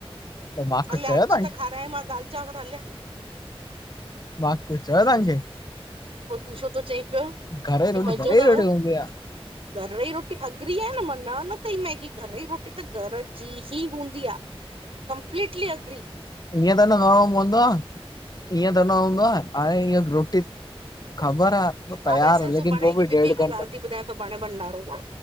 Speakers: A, on the left; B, on the right.
A: त मां
B: हल
A: कुझु चयो
B: अच
A: तव्हांखे
B: त खारायांए मां दाल चांवर हलिया।
A: मां कुछ चयो तव्हांखे।
B: पोइ तूं छो तो चईं पियो?
A: घर जी
B: की
A: रोटी
B: मज़ो
A: घर जी
B: अथव
A: रोटी हूंदी आ।
B: घर जी रोटी अगरी आयां न, मां न न कई मांए, कि घर जी रोटी त घर जी ही हूंदी आ। Completely agree.
A: ईएंं त न करणो पवंदो आ, ईएंं त न हूंदो आ, हाणे इय रोटी ख़बर आ, पो तयार
B: हा वैसे
A: लेकिन
B: सुभाणे
A: वो
B: हिकु
A: बि
B: ॿी
A: डेढ
B: हिकु
A: घंटो
B: ॻाल्हि थी ॿुधायां सुभाणे भंडारो